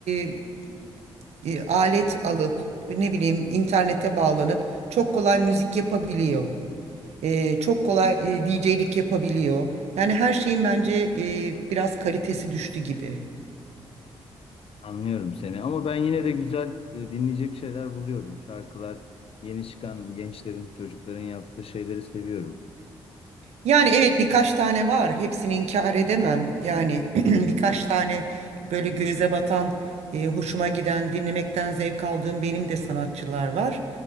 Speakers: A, on the right; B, on the left.
A: e, e, alet alıp ne bileyim internete bağlanıp çok kolay müzik yapabiliyor. E, çok kolay e, DJ'lik yapabiliyor. Yani her şeyin bence e, biraz kalitesi düştü gibi.
B: Anlıyorum seni ama ben yine de güzel e, dinleyecek şeyler buluyorum. Şarkılar, yeni çıkan gençlerin, çocukların yaptığı şeyleri seviyorum.
A: Yani evet birkaç tane var. Hepsini inkar edemem. Yani <clears throat> birkaç tane böyle göze batan, e, hoşuma giden, dinlemekten zevk aldığım benim de sanatçılar var.